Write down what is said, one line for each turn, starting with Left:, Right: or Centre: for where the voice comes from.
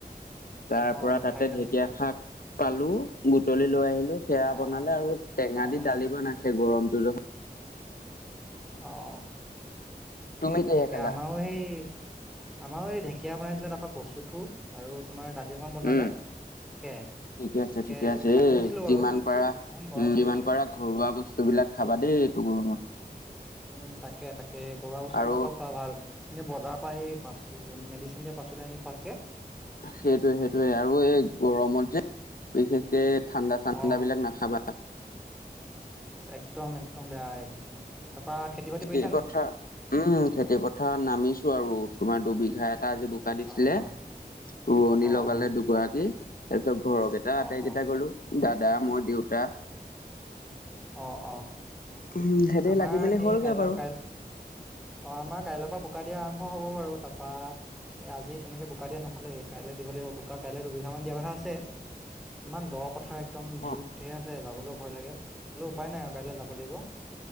Left: তাৰ
Centre: অ',
Left: পৰা
Centre: মাথাউৰিলৈ
Left: তাতে ঢেকীয়া
Centre: গৈছিলা?
Left: শাক পালো বুটলি লৈ আহিলো সেয়া
Centre: অ',
Left: বনালে
Centre: অ',
Left: আৰু টেঙা
Centre: অ', অ',
Left: দি দালিব নাছিল গৰমটো জহ
Centre: অঁ অঁ
Left: তুমি কিহে
Centre: তাকে
Left: খালা
Centre: আমাৰো সেই আমাৰো এই ঢেকীয়া বনাইছিলে ত পৰা কচু থো আৰু তোমাৰ দাদি অকন বনালে
Left: উম
Centre: সেয়াই।
Left: ঠিকে আছে
Centre: তাকে
Left: ঠিকে আছে
Centre: খাই
Left: এ
Centre: বৈ উঠিলো বাৰু।
Left: যিমান পাৰা
Centre: ইমান গৰম
Left: উ
Centre: পৰিছে।
Left: যিমান পাৰা ঘৰুৱা বস্তু বিলাক খাবা
Centre: উম,
Left: দেই। টো গৰমত।
Centre: উম তাকে তাকে ঘৰুৱা বস্তু
Left: আৰু
Centre: খোবা খোৱা ভাল। এ বজাৰ পাই পা মেডিচিন দিয়া পাচলি আনি খোৱাতকে।
Left: সেইটোয়ে সেইটোয়ে আৰু এই গৰমত যে বিশেষকে ঠাণ্ডা চান্দা
Centre: অ',
Left: বিলাক নাখাবা।
Centre: একদম একদম বেয়া একদম তাৰপা খেতি বাতি
Left: <unintelligible>
Centre: কৰিছা
Left: কথা
Centre: নাই?
Left: উম খেতি পথাৰ নামিছো আৰু তোমাৰ দুবিঘা এটা আজি বোকা দিছিলে।
Centre: অ', অ'।
Left: ৰোৱনী
Centre: অ অ
Left: লগালে দুগৰাকী। তাৰ পিছত ঘৰৰেইটা
Centre: অ
Left: আটাইকেইটা
Centre: অ
Left: গলো দাদা মই দেউতা।
Centre: অ অ।
Left: উম সেতে
Centre: আমাৰ
Left: লাগি মেলি
Centre: সেই
Left: হ'লগে
Centre: কাইল
Left: বাৰু
Centre: কাই অ আমাৰ কাইলৈৰ পৰা বোকা দিয়া আৰম্ভ। অ হ'ব বাৰু তাপা এ আজি তেনেকে বোকা দিয়া নহলে কাইলৈ দিব লাগিব বোকা কাইলৈ দুবিঘা মান দিয়া কথা আছে। ইমান দ পথাৰ একদম
Left: অ
Centre: জুগ ঢেৰ আছে যাবলৈও ভয় লাগে বোলে উপায় নাই আৰু কাইলৈ যাব লাগিব।